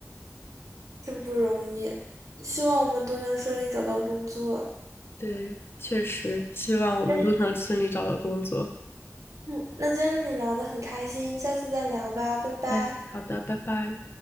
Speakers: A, on the right (about 80°); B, on the left (about 45°).
A: 真不容易，希望我们都能顺利找到工作。
B: 对，确实，希望我们都能顺利找到工作。
A: 那嗯，那今天跟你聊得很开心，下次再聊吧，拜拜。
B: 哎，好的，拜拜。